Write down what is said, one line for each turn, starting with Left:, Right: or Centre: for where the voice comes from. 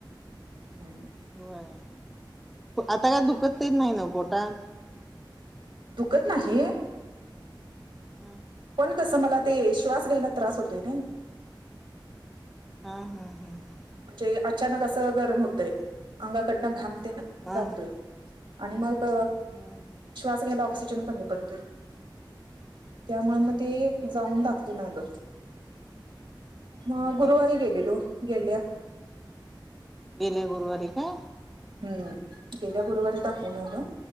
Right: हम्
Centre: होय आता काय दुखत तेच नाही ना पोटात.
Right: दुखत नाही.
Centre: हम
Right: पण कसं मला ते श्वास घ्यायला त्रास होतोय नाही.
Centre: हा हा हा हा
Right: म्हणजे अचानक असं गरम होतय
Centre: तेच
Right: अंगाकडनं घामतेन
Centre: हा.
Right: जातोय. आणि मग
Centre: हम्म हम्म
Right: श्वास घ्यायला ऑक्सिजन कमी पडते. त्यामुळे
Centre: हा
Right: मग ते जाऊन दाखवून आलं. मग
Centre: हा.
Right: गुरुवारी गेलेलो गेल्या.
Centre: गेले गुरवारी का?
Right: हम्म गेल्या गुरुवारी दाखवून आलं.